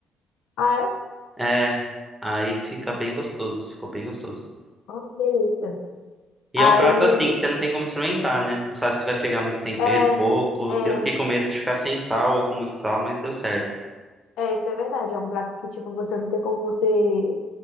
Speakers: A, on the left (about 85°); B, in the centre.
A: Ah, é?
B: É, aí fica bem gostoso, ficou bem gostoso.
A: Nossa, que delícia.
B: E
A: Aí,
B: é um prato assim que você não tem como experimentar, né? Não sabe se vai pegar muito tempero,
A: é,
B: pouco.
A: é,
B: Eu fiquei com medo de ficar sem sal ou com muito sal, mas deu certo.
A: é, isso é verdade. É um prato que, tipo, você não tem como você,